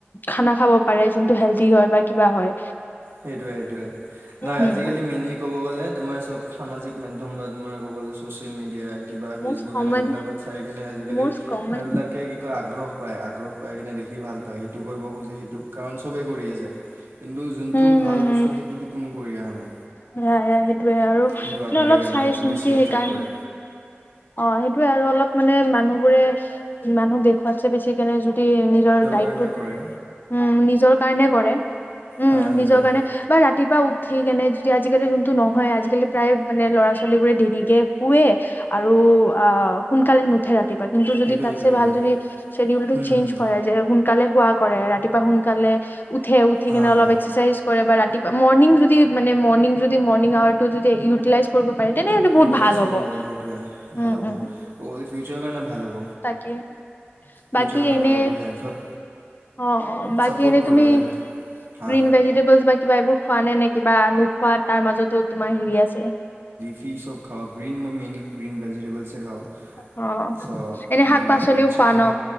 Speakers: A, on the left; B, on the right.
A: খানা খাব পাৰে যোনটো হেল্ডি হয় বা কিবা হয়।
B: সেইটোয়ে সেইটোয়ে, নহয়
A: উম
B: আজিকালি মেইনলি ক'ব গ'লে তোমাৰ চব সামাজিক মাধ্যম বা তোমাৰ ক'ব গ'লে ছ'চিয়েল মিডিয়াই কিবা
A: মষ্ট
B: ফেচবুকে
A: কমন
B: নে সেইবিলাকত চাই কেনে আজিকালি
A: মষ্ট কমন
B: এইবিলাকে কি কয় আগ্ৰহ পায় আগ্ৰহ পাই কেনে দেখি ভাল পায় সেইটো কৰিব খুজে কাৰণ চবে কৰি আছে কিন্তু যো যোনটো
A: উম
B: ভাল বস্তু সেইটোতো কোনো কৰি অহা নাই।
A: সেয়া সেয়া সেইটোয়ে আৰু কিনো
B: সেইটো আগবাঢ়ি
A: অলপ
B: অহা
A: চাই
B: নাই সেইটো
A: চিন্তি
B: বেছি এট্ৰেক্ট
A: সেইকাৰণে।
B: কৰে
A: অ, সেইটোৱে আৰু অলপ মানে মানুহ বোৰে মানুহক দেখুৱাতছে বেছি কেনে যদি নিজৰ দাইতটোত
B: কাৰণে
A: উম,
B: কৰে
A: নিজৰ কাৰণে কৰে। উম,
B: হা সেইটোৱে
A: নিজৰ কাৰনে বা ৰাতিপুৱা উঠি কেনে যদি আজিকালি যোনটো নহয় আজিকালি প্ৰায় ল'ৰা ছোৱালী দেৰিকে শুৱে আৰু অ, সোনকালে নুঠে ৰাতিপুৱা কিন্তু
B: সেইটোৱে
A: যদি তাতছে
B: সেইটোৱে সেইটোৱে
A: ভাল যদি চ্বেডিউল টো
B: হুম
A: চেঞ্জ
B: হুম
A: কৰে সোনকালে শুৱা কৰে ৰাতিপুৱা সোনকালে উঠে উঠি
B: হা
A: কেনে অলপ
B: হা
A: একচেৰচাইজ কৰে বা ৰাতিুপুৱা মৰ্নিং যদি মানে মৰ্নিং যদি মৰ্নিং ৱাৰটো যদি ইউটিলাইচ কৰিব পাৰি তেনে সেইটো বহুত
B: ইউটিলাইজ
A: ভাল
B: কৰিব
A: হ'ব।
B: পাৰে সেইটোৱে।
A: উম,
B: ভাল হ'ব
A: উম,
B: ক'ব গ'লে ফিউচাৰ কাৰণে ভাল হ'ব।
A: তাকে
B: ফিউচাৰ
A: বাকী
B: কাৰণে
A: এনে
B: ভাল হ'ব হেল্থত
A: অ', অ', বাকী
B: ছাপৰ্ট
A: এনে তুমি
B: কৰিব হেল্থ হা
A: গ্ৰীন ভেজিটেবল বা কিবা এইবোৰ খোৱা নে নে কিবা নোখোৱা তাৰ মাজতো তোমাৰ হেৰি আছে?
B: ফি চব খাওঁ গ্ৰীণ মই মেনিক গ্ৰীণ ভেজিটেবলছে খাওঁ।
A: অ
B: ছ'
A: এনে
B: মই
A: শাক
B: ইমান
A: পাচলিও
B: চিকেন
A: খোৱা ন